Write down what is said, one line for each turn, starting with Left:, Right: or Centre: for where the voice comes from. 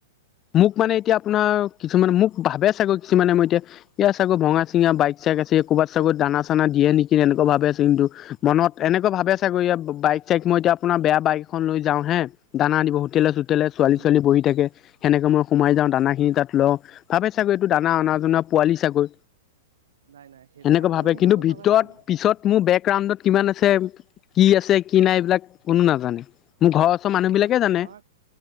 Left: মোক মানে এতিয়া আপোনাৰ কিছুমানে মোক ভাবে চাগৈ কিছুমানে মই এতিয়া এতিয়া চাগৈ ভঙা-চিঙা বাইক চাইক আছে ক'ৰবাত চাগু দানা চানা দিয়ে নেকি এনেকুৱা ভাবে কিন্তু মনত এনেকুৱা
Right: হয়
Left: ভাবে চাগৈ ই বাইক চাই মই এতিয়া আপোনাৰ বেয়া বাইক খন লৈ যাওঁ হে। দানা দিব হোটেলে
Right: হয়
Left: চোটেলে ছোৱালী
Right: উম
Left: ছোৱালী বহি থাকে। সেনেকৈ মই সোমাই যাওঁ দানাখিনিত লওঁ। তাপে। চাগৈ এইটো দানা
Right: অ
Left: অনাজনা পোৱালি আকৈ
Right: নাই নাই সেই
Left: সেনেকৈ
Right: মানুহে
Left: ভাৱে
Right: ভবাটো
Left: কিন্তু ভিতৰত
Right: নালাগে আমাৰ
Left: পিছত মোৰ বেক ৰাউডত কিমান আছে কি আছে কি নাই এইবিলাক কোনো নাজানে। মোৰ ঘৰৰ ওচৰ মানুহ
Right: ম
Left: বিলাকে জানে
Right: আমাক